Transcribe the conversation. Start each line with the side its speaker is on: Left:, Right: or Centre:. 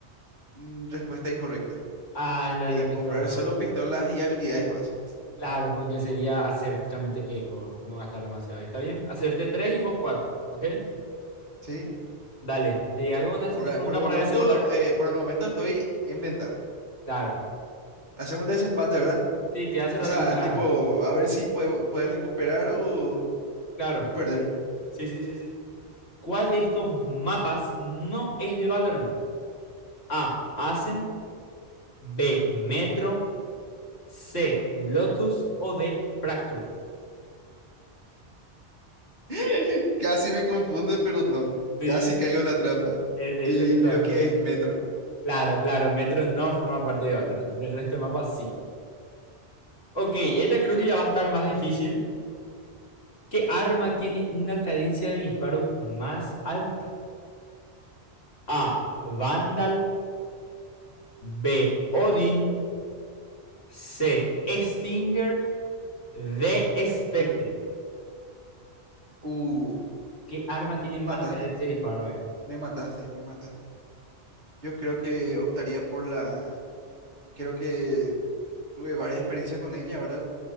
Right: Mm, Respuesta incorrecta.
Left: Ah, es la
Right: Es
Left: de la pistola,
Right: comprar solo
Left: ¿verdad?
Right: pistolas y habilidades básicas.
Left: Claro, porque sería hacer justamente eco, no gastar demasiado. ¿Está bien? Hacerte tres y vos cuatro, ¿ok?
Right: ¿Sí?
Left: Dale, te hago la siguiente
Right: Por, a-
Left: pregunta
Right: por el
Left: para
Right: momento,
Left: desempatar.
Right: eh, por el momento estoy en ventaja.
Left: Claro.
Right: Hacemos el desempate, ¿verdad?
Left: Sí, te voy a hacer
Right: O
Left: algunas.
Right: sea, tipo, a ver si puede- puedes recuperar o,
Left: Claro.
Right: o perder.
Left: Sí, sí, sí, sí. ¿Cuál de estos mapas no es de Valorant? A. Ascent. B. Metro. C. Lotus o D. Fracture.
Right: <laughs> Casi me confunde, pero no.
Left: Sí,
Right: Casi caigo en la trampa.
Left: e-
Right: Y
Left: ese justamente.
Right: creo que es metro.
Left: Claro, claro, Metro no forma parte de Valorant. El resto de mapas sí. Ok, esta creo que ya va a estar más difícil. ¿Qué arma tiene una cadencia de disparo más alta? A. Vandal. B. Odin. C. Stinger. D. Spectre.
Right: Uh,
Left: ¿Qué arma tiene
Right: me
Left: más
Right: mataste,
Left: cadencia de disparo ahí?
Right: me mataste, me mataste. Yo creo que optaría por la... Creo que tuve varias experiencias con ella, ¿verdad?